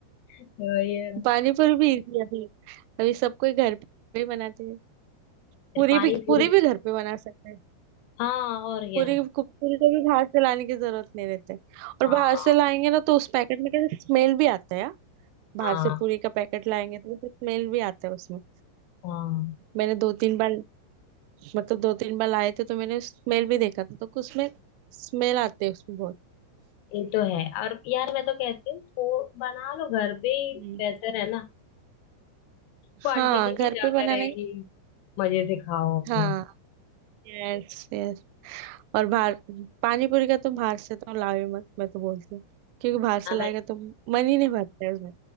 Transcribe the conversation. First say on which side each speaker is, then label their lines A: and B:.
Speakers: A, on the left (about 85°); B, on the right (about 85°).
A: तो ये
B: पानी पूरी <laughs> भी इजी है अभी अभी सब कोई घर पे ही बनाते हैं
A: फिर
B: पूरी
A: पानी
B: भी पूरी
A: पूरी
B: भी घर पे बना सकते हैं
A: हाँ और क्या
B: पूरी को पूरी को भी बाहर से लाने की जरूरत नहीं रहती और
A: हाँ
B: बाहर से लाएंगे ना तो उस पैकेट में कैसे स्मेल भी आता है यार। बाहर
A: हाँ
B: से पूरी का पैकेट लाएंगे तो कैसे स्मेल भी आता है उसमें
A: हाँ
B: मैंने दो तीन बार मतलब दो तीन बार लाए थे तो मैंने स्मेल भी देखा था तो उसमें स्मेल आते है उसमें बहुत
A: ये तो है और यार मैं तो कहती हूँ वो बना लो घर पे ही
B: हम्म।
A: बेहतर है ना क्वांटिटी
B: हाँ घर
A: भी ज्यादा
B: पे बनाने
A: रहेगी मजे से खाओ अपना
B: हाँ यस और बाहर पानी पूरी का तो बाहर से तो लाओ ही मत मैं तो बोलती हूँ क्योंकि बाहर से
A: हाँ मैं
B: लाएगा तो मन ही नहीं भरता है उसमें